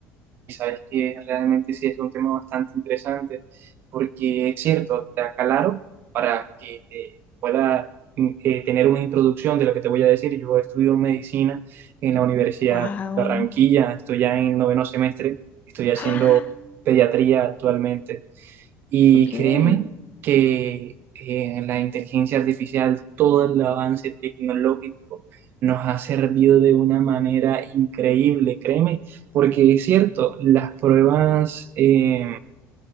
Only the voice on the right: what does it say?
Y sabes que realmente sí es un tema bastante interesante, porque es cierto, te aclaro para que te pueda mm, eh, tener una introducción de lo que te voy a decir. Yo estudio medicina en la Universidad
de Barranquilla, estoy ya en noveno semestre, estoy haciendo
pediatría actualmente. Y
créeme que eh, la inteligencia artificial, todo el avance tecnológico nos ha servido de una manera increíble, créeme, porque es cierto, las pruebas... eh,